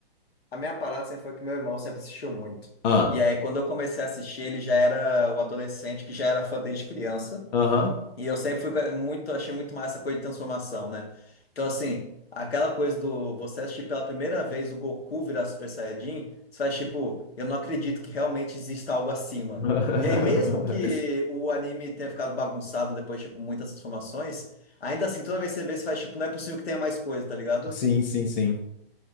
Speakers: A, on the left (about 75°); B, on the left (about 45°).
A: A minha parada sempre foi que meu irmão sempre assistiu muito.
B: Ah,
A: E aí, quando eu comecei a assistir, ele já era o adolescente que já era fã desde criança.
B: aham.
A: E eu sempre fui com- muito, achei muito mais essa coisa de transformação, né? Então, assim, aquela coisa do você assistir pela primeira vez o Goku virar Super Saiyajin, você faz tipo, eu não acredito que realmente exista algo acima.
B: <laughs>
A: E aí, mesmo que o anime tenha ficado bagunçado depois, tipo, muitas transformações, ainda assim, toda vez que você vê, você faz tipo, não é possível que tenha mais coisa, tá ligado?
B: Sim, sim, sim.